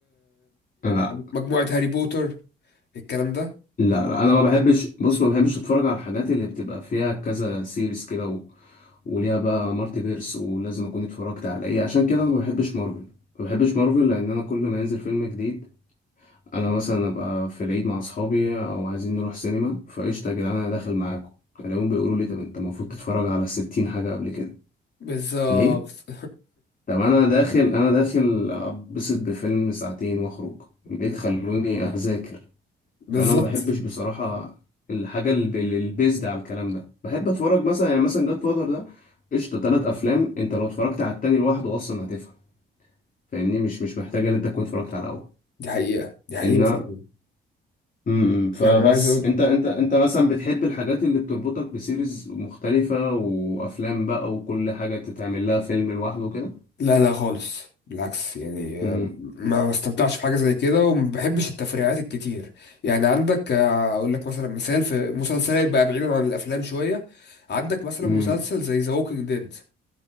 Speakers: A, on the left; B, on the left.
A: لا
B: مجموعه هاري بوتر الكلام ده
A: لا لا انا ما بحبش بص ما بحبش اتفرج على الحاجات اللي بتبقى فيها كذا سيريز كده و... وليها بقى مالتي فيرس ولازم اكون اتفرجت على ايه عشان كده انا ما بحبش مارفل ما بحبش مارفل لان انا كل ما ينزل فيلم جديد انا مثلا ابقى في العيد مع اصحابي او عايزين نروح سينما فقشطه يا جدعان انا داخل معاكم الاقيهم بيقولوا لي طب انت المفروض تتفرج على 60 حاجه قبل كده
B: بالظبط
A: ليه طب انا داخل انا داخل ابسط بفيلم ساعتين واخرج ليه تخلوني اذاكر
B: <laughs> بالظبط
A: فانا ما بحبش بصراحه الحاجه البيزد على الكلام ده بحب اتفرج مثلا يعني مثلا جاد فاذر ده قشطه تلات افلام انت لو اتفرجت على التاني لوحده اصلا هتفهم فاهمني مش مش محتاجه ان انت تكون اتفرجت على الاول
B: دي حقيقه دي حقيقه
A: ان
B: فعلا
A: امم فبس
B: يعني انا عايز اقول
A: انت انت انت مثلا بتحب الحاجات اللي بتربطك بسيريز مختلفه وافلام بقى وكل حاجه تتعمل لها فيلم لوحده كده
B: لا لا خالص بالعكس يعني
A: امم
B: آه، ما بستمتعش في حاجة زي كده وما بحبش التفريعات الكتير يعني عندك آه، اقول لك مثلا مثال في مسلسلات بقى بعيدا عن الافلام شوية عندك مثلا
A: امم
B: مسلسل زي ذا ووكينج ديد